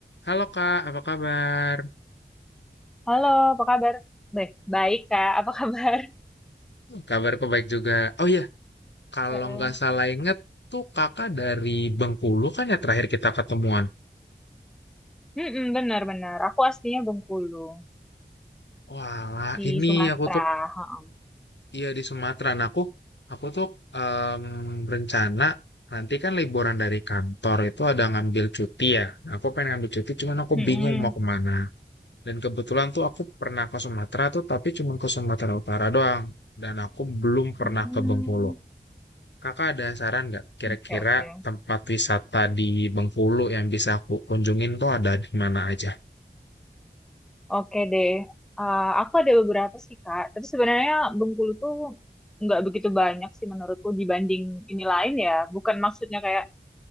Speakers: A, on the left; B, in the centre.
A: Halo Kak, apa kabar?
B: Halo, apa kabar? Baik, baik Kak. Apa kabar?
A: Kabarku baik juga. Oh iya, kalau
B: Heeh.
A: nggak salah inget tuh kakak dari Bengkulu kan ya terakhir kita ketemuan.
B: Mm-mm, benar-benar. Aku aslinya Bengkulu
A: Wah,
B: di
A: ini
B: Sumatera.
A: aku tuh
B: Heeh.
A: iya di Sumatera. Nah, aku aku tuh em, berencana nanti kan liburan dari kantor itu ada ngambil cuti ya. Nah, Aku pengen ngambil cuti, cuman aku
B: Mm-mm.
A: bingung mau kemana. Dan kebetulan tuh aku pernah ke Sumatera tuh, tapi cuma ke Sumatera Utara doang. Dan aku belum pernah
B: Hmm,
A: ke Bengkulu. Kakak ada saran nggak kira-kira
B: Oke, oke.
A: tempat wisata di Bengkulu yang bisa aku kunjungin tuh ada di mana aja?
B: Oke deh. Eh, aku ada beberapa sih Kak. Tapi sebenarnya Bengkulu tuh nggak begitu banyak sih menurutku dibanding ini lain ya. Bukan maksudnya kayak